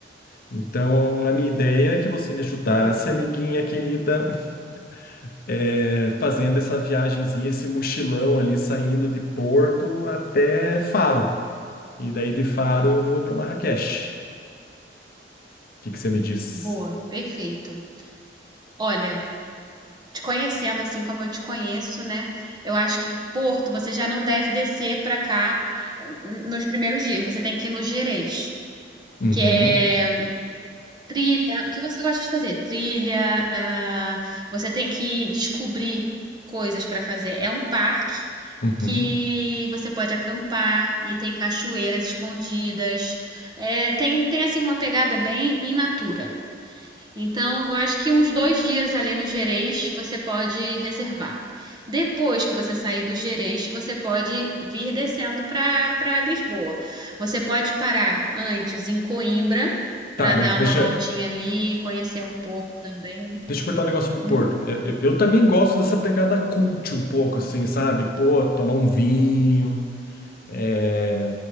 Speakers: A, on the left; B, on the right.
A: Então, a minha ideia é que você me ajudasse,
B: Ok.
A: amiguinha querida, <laughs> é, fazendo essa viagenzinha, esse mochilão ali, saindo de Porto até Faro. E daí de Faro eu vou para Marrakech. O que que você me diz?
B: Boa, perfeito. Olha, te conhecendo assim como eu te conheço, né? Eu acho que Porto você já não deve descer pra cá ah, nos primeiros dias. Você tem que ir no Gerês,
A: Uhum,
B: que é trilha. O que você gosta de fazer? Trilha. ah, você tem que descobrir coisas pra fazer. É um parque.
A: uhum.
B: que você pode acampar e tem cachoeiras escondidas. É, tem, tem assim uma pegada bem in natura. Então, eu acho que uns dois dias ali no Gerês você pode reservar. Depois que você sair do Gerês, você pode vir descendo para para Lisboa. Você pode parar antes em Coimbra
A: Tá,
B: para
A: mas
B: dar
A: deixa,
B: uma voltinha ali, conhecer um pouco também.
A: Deixa eu perguntar um negócio sobre
B: Hum?
A: Porto. Eu, eu- eu também gosto dessa pegada cult um pouco, assim, sabe? Pô, tomar um vinho, é,